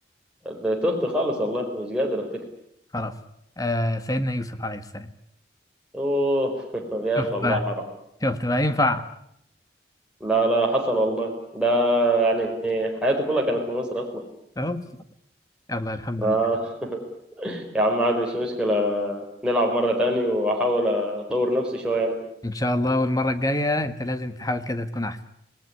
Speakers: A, in the centre; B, on the left.
A: ده تهت خالص والله مش قادر أفتكر
B: خلاص آه سيدنا يوسف عليه السلام
A: أوه <laughs> يا
B: شفت
A: أخي والله
B: بقى
A: حرام
B: شفت بقى ينفع
A: لا لا حصل والله ده يعني حياتي كلها كانت في مصر أصلا
B: أهو. يلا الحمد
A: آه،
B: لله
A: <laughs> يا عم عادي مش مشكلة نلعب مرة تاني وأحاول أطور نفسي شوية
B: إن شاء الله والمرة الجاية أنت لازم تحاول كده تكون أحسن